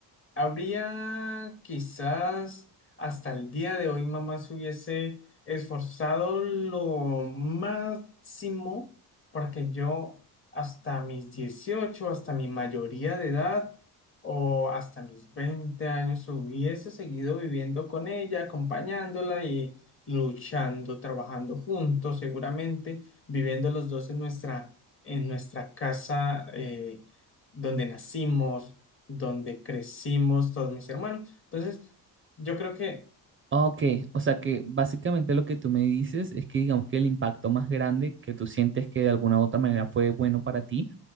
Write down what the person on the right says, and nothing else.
Ah, Ok, o sea que básicamente lo que tú me dices es que digamos que el impacto más grande que tú sientes que de alguna u otra manera fue bueno para ti